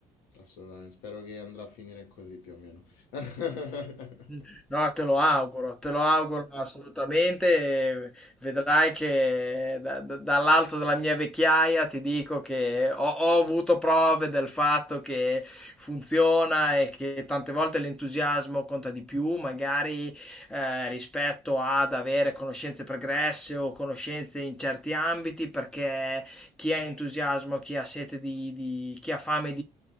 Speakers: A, on the left (about 70°); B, in the centre.
A: Assolutamente. Spero che andrà a finire così più o meno. <laughs>
B: Mm, No, te lo auguro, te lo auguro assolutamente. eh, Vedrai che da- da- dall'alto della mia vecchiaia ti dico che ho, ho avuto prove del fatto che funziona e che tante volte l'entusiasmo conta di più, magari eh, rispetto ad avere conoscenze pregresse o conoscenze in certi ambiti, perché chi ha entusiasmo, chi ha sete di, di- chi ha fame